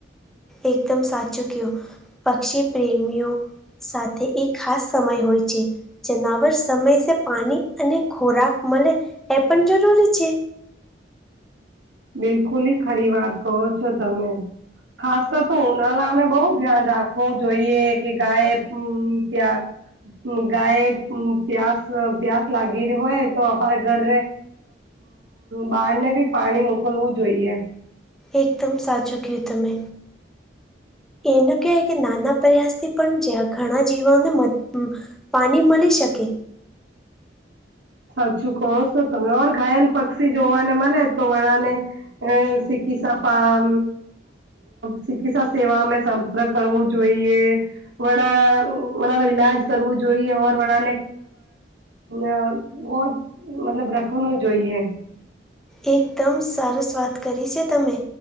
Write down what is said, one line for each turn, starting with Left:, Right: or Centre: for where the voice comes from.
Centre: એકદમ સાચું કયો પક્ષી પ્રેમીઓ સાથે એ ખાસ સમય હોય છે જનાવર સમયસે પાણી અને ખોરાક મળે એ પણ જરૂરી છે
Right: બિલકુલ ખરી વાત કહો છો તમે ખાસ કર તો ઉનાળા અમે બહુ ધ્યાન રાખવું જોઈએ કે ગાય્યા ગાય પ્યાસ પ્યાસ લાગી રહ હોય તો અ ઘર બહારને બી પાણી મોકલવું જોઈએ
Centre: એકદમ સાચું કયું તમે એનું કહેવાય કે નાના પ્રયાસથી પણ ઘણા જીવાને મ પાણી મળી શકે
Right: સાચું કહો છો તમે ઓર ઘાયલ પક્ષી જોવાને મને તો વણાને અ ચિકિત્સા પા ચિકિત્સા સેવા અમે કરવું જોઈએ વણા વણા ન ઈલાજ કરવું જોઈએ ઓર વણા ને બહ જ મતલબ રખવાનું જોઈએ
Centre: એકદમ સારો સ્વાદ કરી છે તમે